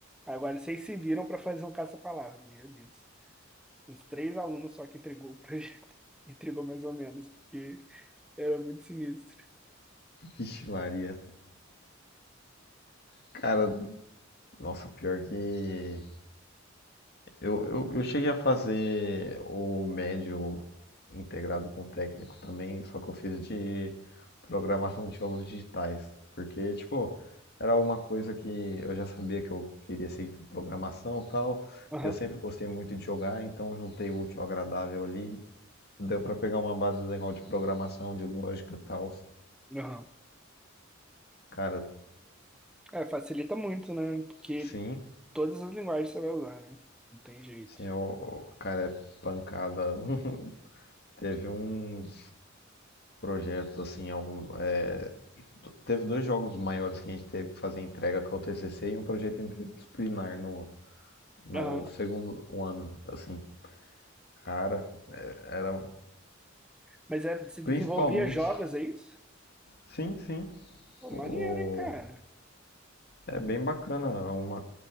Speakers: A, in the centre; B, on the left.
A: Agora vocês se viram pra fazer um caça-palavra, meu Deus. Uns três alunos só que entregou o projeto, <laughs> entregou mais ou menos, porque era muito sinistro.
B: Vixe Maria. Cara, nossa, pior que Eu, eu, eu cheguei a fazer o médio integrado com o técnico também, só que eu fiz de programação de jogos digitais. Porque, tipo, era uma coisa que eu já sabia que eu queria seguir com programação e tal.
A: Aham,
B: Eu sempre gostei muito de jogar, então juntei o útil ao agradável ali. E deu pra pegar uma base legal de programação, de lógica e tal.
A: aham.
B: Cara,
A: É, facilita muito, né? Porque
B: sim,
A: Todas as linguagens você vai usar, né? Não tem jeito.
B: sim, o cara é pancada. <laughs> Teve uns projetos assim, alguns. é, t- teve dois jogos maiores que a gente teve que fazer entrega com o TCC e um projeto interdisciplinar no, no
A: Aham.
B: segundo ano, assim. Cara, era
A: Mas é, você desenvolvia
B: principalmente...
A: jogos, é isso?
B: Sim, sim.
A: Pô,
B: O...
A: maneiro, hein, cara?
B: É bem bacana, é uma...